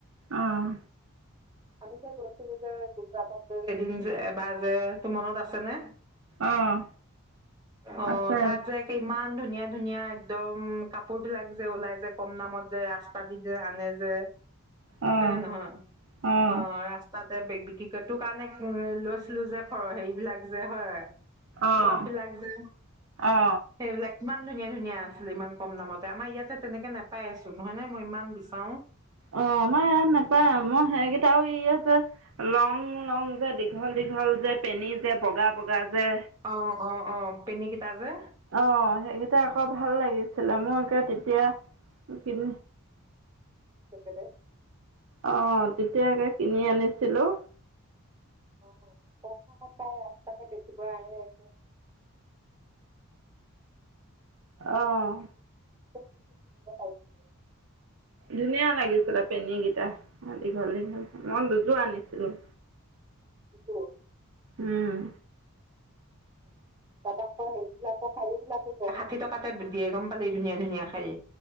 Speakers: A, on the right; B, on the right.
A: আহ
B: কালিকে যে। যে গুজৰাটত যে এদিন যে এবাৰ যে তোৰ মনত আছে নে
A: অঁ
B: অ
A: আছে
B: তাত যে কি ইমান ধুনীয়া ধুনীয়া একদম কাপোৰ বিলাক যে ওলাই যে কম দামত যে ৰাস্তা দি যে আনে যে।
A: অঁ
B: হয় নে নহয়
A: অঁ
B: অ ৰাস্ত তে বে বিক্ৰী কৰে তোৰ কাৰণে লৈছিলোঁ যে হেৰি বিলাক যে হয়
A: আহ
B: টপ বিলাক যে
A: অ
B: সেইবিলাক ইমান ধুনীয়া ধুনীয়া আছিলে ইমান কম দামতে আমাৰ ইয়াতে তেনেকে নোপাই চোন নহয় নে মই ইমান বিচাৰোঁ
A: অ আমাৰ ইয়াত নাপা মই সেইকেইটাও ই যে লং লং যে দীঘল দীঘল যে পেনী যে বগা বগা। যে
B: অ অ অ পেনি কেইটা যে
A: অ সেইকেইটা আকৌ ভাল লাগিছিলে মোৰ আকৌ তেতিয়া কি
B: তেখেতে
A: অ তেতিয়াযে কিনি আনিছিলোঁ
B: অ কম দামত পাই ৰাস্তাতে বেছিব আহে যে
A: অহ
B: <inaudible>
A: ধুনিয়া লাগিছিলে পেনী গীতা অ দীঘল দীঘল মই দুযোৱা আনিছিলোঁ
B: <inaudible>
A: উম
B: ৌাক <inaudible> শাৰী বিলাক ষাঠি টকাতে দিয়ে গম পালি ধুনীয়া ধুনীয়া শাড়ী।